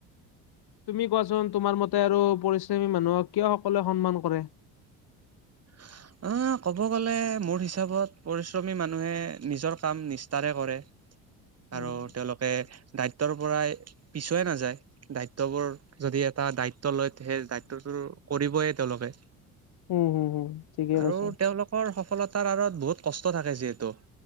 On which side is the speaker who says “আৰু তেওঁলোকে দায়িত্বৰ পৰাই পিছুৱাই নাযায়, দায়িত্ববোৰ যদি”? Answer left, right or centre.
Right